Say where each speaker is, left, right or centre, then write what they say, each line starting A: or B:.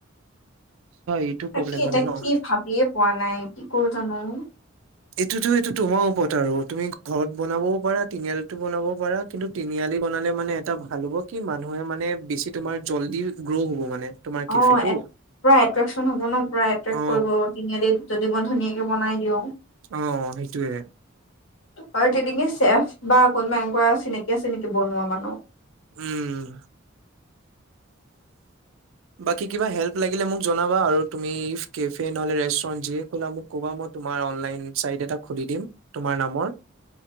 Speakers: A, on the right; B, on the left.
A: এইটো
B: তাকে
A: প্ৰব্লেম
B: এতিয়া
A: মানে ন
B: কি ভাবিয়ে পোৱা নাই <unintelligible>
A: এইটোতো এইটো তোমাৰ ওপৰত কথা আৰু তুমি ঘৰত বনাবও পাৰা তিনিআলিতো বনাবও পাৰা কিন্তু তিনিআলি বনালে মানে এটা ভাল হ'ব কি মানুহে মানে বেছি তোমাৰ জল্দি গ্ৰ' হব মানে। তোমাৰ
B: অ
A: কেফেটো
B: পুৰা এট্ৰেকচন হব ন পুৰা এট্ৰেক্ট
A: অ
B: কৰিব তিনিআলিত যদি মই ধুনীয়াকে বনাই দিওঁ
A: অহ সেইটোৱে
B: অহ তেনেকে চেফ বা কোনোবা এনেকুৱা চিনাকি আছে নেকি বনোৱা মানুহ
A: উম বাকী কিবা হেল্প লাগিলে মোক জনাবা আৰু তুমি ইফ কেফে নহলে ৰেষ্টুৰেণ্ট যিয়ে ক'লা মোক ক'বা মই তোমাৰ অনলাইন চাইট এটা খুলি দিম তোমাৰ নামৰ।